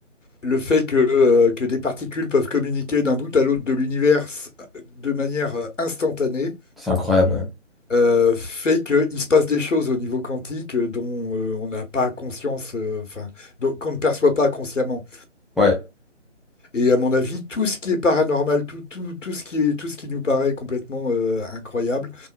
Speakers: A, on the left (about 80°); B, in the centre.
A: Le fait que, euh, que des particules peuvent communiquer d'un bout à l'autre de l'univers s- de manière euh, instantanée
B: c'est incroyable.
A: euh, fait qu'il se passe des choses au niveau quantique euh, dont euh, on n'a pas conscience, euh, enfin, donc qu'on ne perçoit pas consciemment.
B: Ouais. Ouais.
A: Et à mon avis, tout ce qui est paranormal, tout, tout, tout ce qui est, tout ce qui nous paraît complètement euh, incroyable